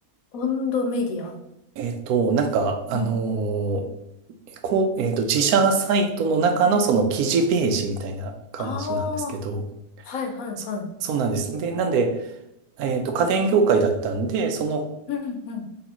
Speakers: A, on the left; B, on the right.
A: 温度メディア。
B: えっと、なんか、あの、
A: うん。
B: こう、えっと、自社サイトの中のその記事ページみたいな感じなんですけど、
A: ああ、はいはいはい。
B: そそうなんです。で、なんで、えっと、家電業界だったんで、その
A: うんうん。